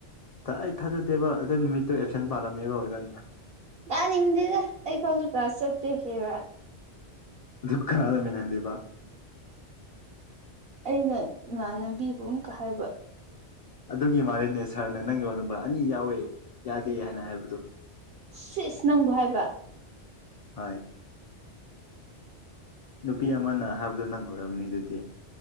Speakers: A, on the left; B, on the right.
A: ꯑꯩ ꯊꯥꯖꯗꯦꯕ ꯑꯗꯨ ꯅꯨꯃꯤꯠꯇꯨ ꯑꯦꯞꯁꯦꯟ ꯄꯥꯜꯂꯝꯃꯦꯕ ꯑꯣꯖꯅ
B: ꯀ ꯍꯗꯦꯗ ꯑꯩ ꯐꯁꯨꯨ ꯈꯥꯁꯇ ꯍꯦꯕ
A: ꯗꯨ ꯈꯅꯗꯃꯤ ꯅꯗꯤꯕ
B: ꯑꯩꯅ ꯏꯃꯥꯟꯅꯕꯤꯕꯨ ꯑꯨꯛꯀ ꯍꯥꯏꯕ
A: ꯑꯗꯨꯒꯤ ꯃꯥꯅꯦ ꯁꯥꯔꯅ ꯅꯪꯒꯤ ꯔꯣꯜ ꯅꯝꯕꯔ ꯑꯅꯤ ꯌꯥꯎꯋꯦ ꯌꯥꯗꯦ ꯍꯥꯏꯅ ꯍꯥꯏꯕꯗꯨ
B: ꯁꯤꯁ ꯅꯪꯕꯨꯣ ꯍꯥꯏꯕ
A: ꯍꯣꯏ ꯅꯨꯄꯤ ꯑꯃꯅ ꯍꯥꯏꯕꯗꯣ ꯅꯪ ꯑꯣꯏꯔꯝꯅꯤ ꯑꯗꯨꯗꯤ